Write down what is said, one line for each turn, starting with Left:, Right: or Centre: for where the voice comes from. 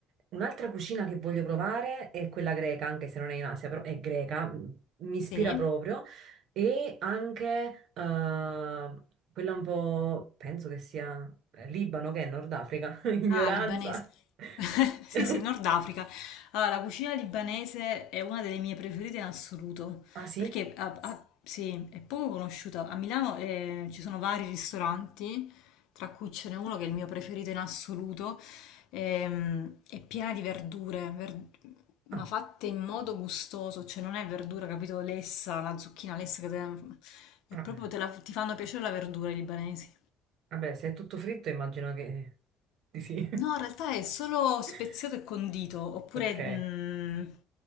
Right: Un'altra cucina che voglio provare è quella greca, anche se non è in Asia, però è greca, m- mi ispira
Left: Sì?
Right: proprio, e anche eh, quella un po', penso che sia eh, Libano, che è Nord Africa, <laughs> ignoranza.
Left: Ah, libanese. <laughs> Sì,
Right: <laughs>
Left: sì, Nord Africa. Allora, la cucina libanese è una delle mie preferite in assoluto,
Right: Ah sì?
Left: perché a- a- sì, è poco conosciuta. A Milano eh, ci sono vari ristoranti, tra cui ce n'è uno che è il mio preferito in assoluto, ehm, è piena di verdure, ver- ma
Right: Ah,
Left: fatte in modo gustoso, cioè non è verdura, capito, lessa, la zucchina lessa, che te- è
Right: ah. ah.
Left: proprio te la- ti fanno piacere la verdura i libanesi.
Right: Vabbè, se è tutto fritto immagino che di sì.
Left: No, in realtà è solo speziato
Right: <laughs>
Left: e condito, oppure,
Right: Ok.
Left: mh,